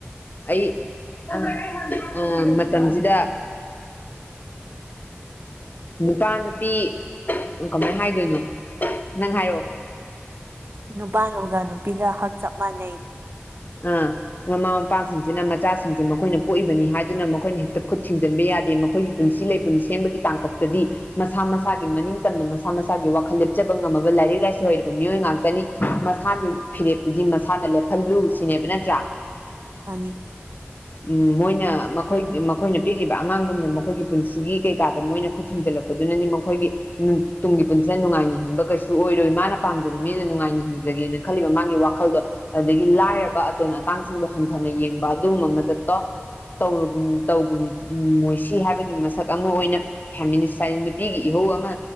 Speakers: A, on the left (about 45°); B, on the right (about 55°).
A: ꯑꯩ ꯑ ꯑꯥ ꯃꯇꯝꯖꯤꯗ ꯅꯨꯄꯥ ꯅꯨꯄꯤ ꯎꯪ ꯀꯃꯥꯏ ꯍꯥꯏꯗꯣꯏꯅꯣ ꯅꯪ ꯍꯥꯏꯔꯑꯣ
B: ꯅꯨꯄꯥꯅꯧꯒ ꯅꯨꯄꯤꯒ ꯍꯛ ꯆꯞ ꯃꯥꯟꯅꯩ
A: ꯑꯥ ꯃꯃꯥ ꯃꯄꯥꯁꯤꯡꯁꯤꯅ ꯃꯆꯥꯁꯤꯡꯁꯦ ꯃꯈꯣꯏꯅ ꯄꯣꯛꯏꯕꯅꯤ ꯍꯥꯏꯗꯨꯅ ꯃꯈꯣꯏꯅ ꯍꯦꯛꯇ ꯈꯨꯠ ꯊꯤꯡꯖꯤꯟꯕ ꯌꯥꯗꯦ ꯃꯈꯣꯏꯒꯤ ꯄꯨꯟꯁꯤ ꯂꯩꯄꯨꯟ ꯁꯦꯝꯕꯒꯤ ꯇꯥꯡꯀꯛꯇꯗꯤ ꯃꯁꯥ ꯃꯁꯥꯒꯤ ꯃꯅꯤꯡ ꯇꯝꯅ ꯃꯁꯥ ꯃꯁꯥꯒꯤ ꯋꯥꯈꯜ ꯂꯦꯞꯆꯕ ꯉꯝꯃꯕ ꯂꯥꯏꯔꯤꯛ ꯂꯥꯏꯁꯨ ꯍꯩꯔꯕ ꯃꯤꯑꯣꯏ ꯉꯥꯛꯇꯅꯤ ꯃꯁꯥꯒꯤ ꯐꯤꯔꯦꯞꯇꯨꯗꯤ ꯃꯁꯥꯅ ꯂꯦꯞꯍꯜꯂꯨ ꯁꯤꯅꯦꯕ ꯅꯠꯇ꯭ꯔꯥ
B: ꯃꯥꯅꯤ
A: <inaudible> ꯎꯝ ꯃꯣꯏꯅ ꯃꯈꯣꯏ ꯃꯈꯣꯏꯅ ꯄꯤꯛꯂꯤꯕ ꯑꯉꯥꯡꯒꯨꯝꯅ ꯃꯈꯣꯏꯒꯤ ꯄꯨꯟꯁꯤꯒꯤ ꯀꯩꯀꯥꯗ ꯃꯣꯏꯅ ꯈꯨꯠ ꯊꯤꯡꯖꯤꯜꯂꯛꯄꯗꯨꯅꯅꯤ ꯃꯈꯣꯏꯒꯤ ꯇꯨꯡꯒꯤ ꯄꯨꯟꯁꯤꯗ ꯅꯨꯡꯉꯥꯏꯅ ꯍꯤꯡꯕ ꯀꯩꯁꯨ ꯑꯣꯏꯔꯣꯏ ꯃꯥꯅ ꯄꯥꯝꯖꯕ ꯃꯤꯗꯨ ꯅꯨꯡꯉꯥꯏꯅ ꯍꯤꯡꯖꯒꯦꯅ ꯈꯜꯂꯤꯕ ꯃꯥꯒꯤ ꯋꯥꯈꯜꯗꯣ ꯑꯗꯒꯤ ꯂꯥꯏꯔꯕ ꯑꯇꯣꯟ ꯑꯇꯥꯡꯁꯤꯡꯕꯨ ꯍꯟꯊꯅ ꯌꯦꯡꯕ ꯑꯗꯨꯒꯨꯝꯕ ꯃꯆꯠꯇꯣ ꯇꯧꯔꯨꯒꯨꯝ ꯇꯧꯒꯨꯝ ꯃꯣꯏꯁꯤ ꯍꯥꯏꯕꯒꯤ ꯃꯁꯛ ꯑꯃ ꯑꯣꯏꯅ ꯐꯦꯃꯤꯅꯤꯁ ꯍꯥꯏ ꯅꯨꯄꯤꯒꯤ ꯏꯍꯧ ꯑꯃ